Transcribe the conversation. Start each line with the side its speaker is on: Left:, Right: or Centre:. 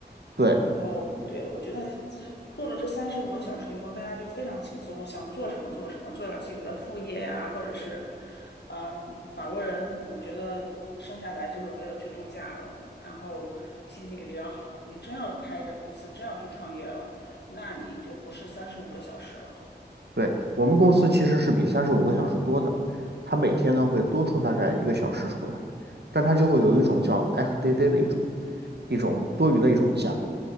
Right: 对
Left: 然后，对，我觉得这做了这三十五个小时以后，大家就非常轻松，想做什么做什么，做点自己的副业呀，或者是，嗯、法国人，我觉得生下来就是为了去度假的，然后心情也比较好。你真要开这公司，真要去创业了，那你就不是三十五个小时了。
Right: 对，我们公司其实是比三十五个小时多的，它每天呢会多出大概一个小时出来，但它就会有一种叫 F d a d 的一种一种多余的一种假。